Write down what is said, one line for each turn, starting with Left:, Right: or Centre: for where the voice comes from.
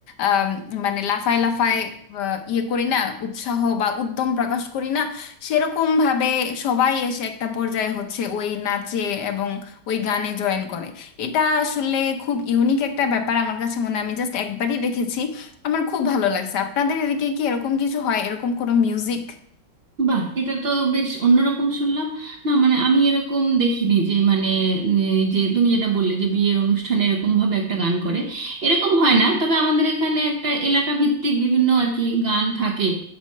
Left: আম, মানে লাফায় লাফায় আহ, ইয়ে করি না উৎসাহ বা উদ্যম প্রকাশ করি না সেরকম ভাবে সবাই এসে একটা পর্যায়ে হচ্ছে ওই নাচে এবং ওই গানে জয়েন করে এটা আসলে খুব ইউনিক একটা ব্যাপার আমার কাছে মনে হয়। আমি জাস্ট একবারই দেখেছি আমার খুব ভালো লাগছে আপনাদের এদিকে কি এরকম কিছু হয় এরকম কোনো মিউজিক
Right: বাহ এটা তো বেশ অন্যরকম শুনলাম না মানে আমি এরকম দেখিনি যে মানে উম, এই যে তুমি যেটা বললে যে বিয়ের অনুষ্ঠানে এরকম ভাবে একটা গান করে এরকম হয় না তবে আমাদের এখানে একটা এলাকা ভিত্তিক বিভিন্ন আর কি গান থাকে